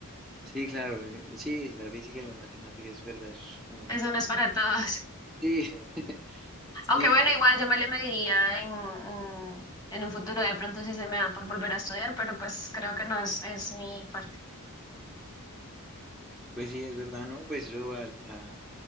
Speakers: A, in the centre; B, on the left.
A: Sí, claro, yo- sí, la física y la matemática es verdad, eso es como
B: Eso
A: compli-
B: no es para todos.
A: Sí, <laughs>
B: <laughs> Aunque bueno,
A: sí,
B: igual yo me le mediría en, mm, en un futuro, de pronto sí se me da por volver a estudiar, pero pues creo que no es, es mi fuerte.
A: pues sí, es verdad, ¿no? Pues eso a, a-